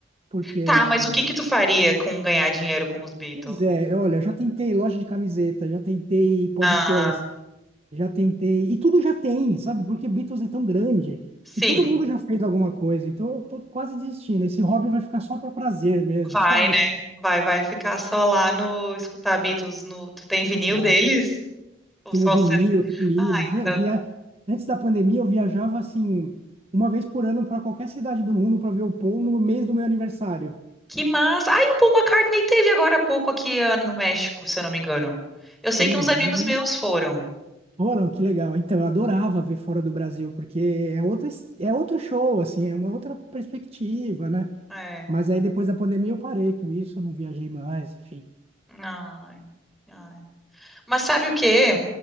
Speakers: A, on the right; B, in the centre.
A: porque,
B: Tá, mas o que que tu faria com ganhar dinheiro com os Beatles?
A: pois é, olha, eu já tentei loja de camiseta, já tentei podcast,
B: Ah,
A: já tentei, e tudo já tem, sabe? Porque Beatles é tão grande
B: sim,
A: que todo mundo já fez alguma coisa, então eu tô quase desistindo. Esse hobby vai ficar só para prazer mesmo,
B: vai,
A: sabe?
B: né? Vai, vai ficar só lá no escutar Beatles no. Tu tem vinil
A: Exato.
B: deles? Ou
A: Tenho
B: só
A: vinil,
B: o CD?
A: tenho livros.
B: Ah,
A: né?
B: então.
A: Eu via... Antes da pandemia, eu viajava assim, uma vez por ano para qualquer cidade do mundo para ver o Paul no mês do meu aniversário.
B: Que massa! Ai, o Paul McCartney teve agora há pouco aqui ah, no México, se eu não me engano. Eu
A: Sim,
B: sei que uns amigos
A: e aí
B: meus foram.
A: foram, que legal. Então, eu adorava ver fora do Brasil, porque é outra, es- é outro show, assim, é uma outra perspectiva, né?
B: É.
A: Mas aí depois da pandemia eu parei com isso, eu não viajei mais, enfim.
B: Ai, ai. Mas sabe o quê?